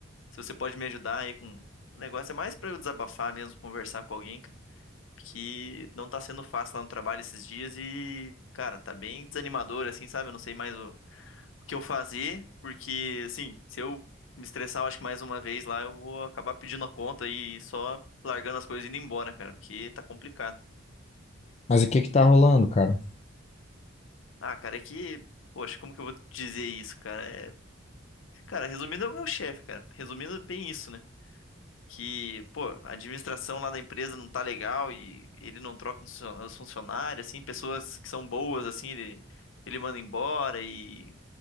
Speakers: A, on the left; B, on the left.
A: se você pode me ajudar aí com o negócio. É mais pra eu desabafar mesmo, conversar com alguém, cara, que não tá sendo fácil lá no trabalho esses dias e, cara, tá bem desanimador, assim, sabe? Eu não sei mais o, o que eu fazer, porque, assim, se eu me estressar, eu acho que mais uma vez lá, eu vou acabar pedindo a conta e só largando as coisas e indo embora, cara, porque tá complicado.
B: Mas o que que tá rolando, cara?
A: Ah, cara, é que. Poxa, como que eu vou dizer isso, cara? É... Cara, resumindo, é o meu chefe, cara. Resumindo, é bem isso, né? Que, pô, a administração lá da empresa não tá legal e ele não troca os funcio- os funcionários, assim, pessoas que são boas, assim, ele, ele manda embora e,